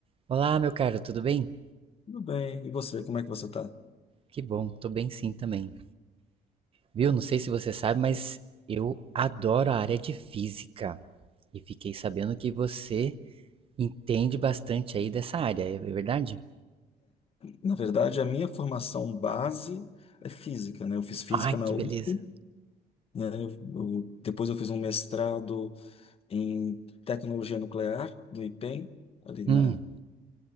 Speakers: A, on the right; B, on the left.
A: Olá, meu caro, tudo bem?
B: Tudo bem. E você, como é que você está?
A: Que bom, tô bem sim também. Viu? Não sei se você sabe, mas eu adoro a área de física. E fiquei sabendo que você entende bastante aí dessa área, é verdade?
B: na verdade, a minha formação base é física, né? Eu fiz física
A: Ai,
B: na
A: que
B: USP,
A: beleza.
B: né? Eu- depois eu fiz um mestrado em tecnologia nuclear do IPEM, ali
A: Hum,
B: na,